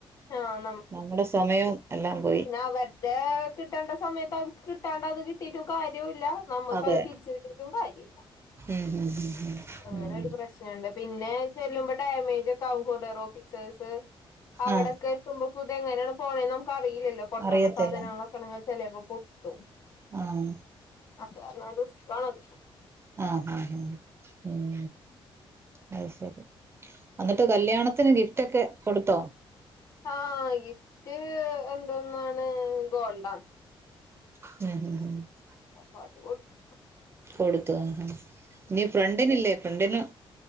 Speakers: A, on the left (about 40°); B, on the right (about 25°).
A: ആഹ്
B: നമ്മളെ സമയം എല്ലാം പോയി.
A: അവർ ടെ കിട്ടേണ്ട സമയത്ത് അവക്ക് കിട്ടാണ്ട് അത് കിട്ടിട്ടും കാര്യം ഇല്ല. നമ്മുക്ക്
B: അതെ
A: അത് തിരിച്ച് കിട്ടിട്ടും കാര്യല്ല.
B: ഉം ഉം ഉം
A: അങ്ങനെ
B: ഉം
A: ഒരു
B: ഉം
A: പ്രശ്നം ണ്ട് പിന്നെ ചെല്ലുമ്പോ ഡാമേജ് ഒക്കെ ആവും കൊറിയറോഫീസേ സ് അവിടൊക്കെ
B: ആഹ്
A: തുമ്പക്കൂത എങ്ങനാണ് പോണത് നമുക്കറിയില്ലല്ലോ പൊട്ടണ
B: അറിയത്തില്ല
A: സാധനങ്ങളൊക്കെണെങ്കിൽ ചെലപ്പ പൊട്ടും.
B: ആഹ്
A: <unintelligible>
B: ആഹ് ആഹ് ആഹ് ഉം അത് ശരി എന്നിട്ട് കല്യാണത്തിന് ഗിഫ്റ്റ് ഒക്കെ കൊടുത്തോ?
A: ആഹ് ഗിഫ്റ്റ് എന്തോന്നാണ് ഗോൾ ഡാ.
B: <unintelligible>
A: അപ്പ അത് കൊട്ത്ത്ട്ട്
B: കൊടുത്തു, ആഹ ഇനി ഫ്രണ്ടിന് ഇല്ലേ ഫ്രണ്ടന്